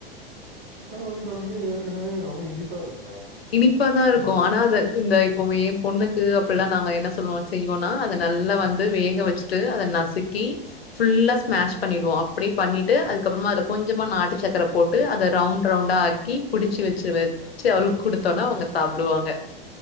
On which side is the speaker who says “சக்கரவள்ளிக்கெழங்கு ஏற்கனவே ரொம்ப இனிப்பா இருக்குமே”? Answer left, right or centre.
Right